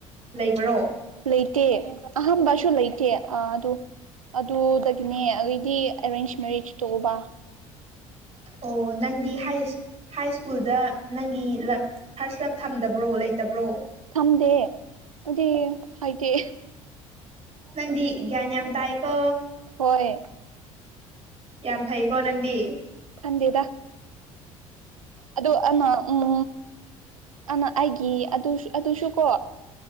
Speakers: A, on the right; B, on the right.
A: ꯂꯩꯕ꯭ꯔꯣ꯫
B: ꯂꯩꯇꯦ ꯑꯍꯝꯕꯁꯨ ꯂꯩꯇꯦ ꯑ ꯑꯗꯨ ꯑꯗꯨꯗꯒꯤꯅꯦ ꯑꯩꯩꯗꯤ ꯑꯦꯔꯦꯟꯖ ꯃꯦꯔꯤꯖ ꯇꯣꯕ
A: ꯑꯣ ꯅꯪꯗꯤ ꯍꯥꯏꯔꯤꯁ ꯍꯥꯏ ꯁ꯭ꯀꯨꯜꯗ ꯅꯪꯒꯤ ꯂꯐ ꯐꯥꯔꯁ ꯂꯞ ꯊꯝꯗꯕ꯭ꯔꯣ ꯂꯩꯇꯕ꯭ꯔꯣ꯫
B: ꯊꯝꯗꯦ ꯑꯩꯗꯤ ꯍꯥꯏꯗꯦ꯫
A: ꯅꯪꯗꯤ ꯒ꯭ꯌꯥꯟ ꯌꯥꯝ ꯇꯥꯏꯀꯣ꯫
B: ꯍꯣꯏ
A: ꯌꯥꯝ ꯐꯩꯀꯣ ꯅꯪꯗꯤ
B: ꯈꯟꯗꯦꯗ ꯑꯗꯨ ꯑꯅꯥ ꯎꯝ ꯑꯅ ꯑꯩꯒꯤ ꯑꯗꯨꯁꯨ ꯑꯗꯨꯁꯨꯀꯣ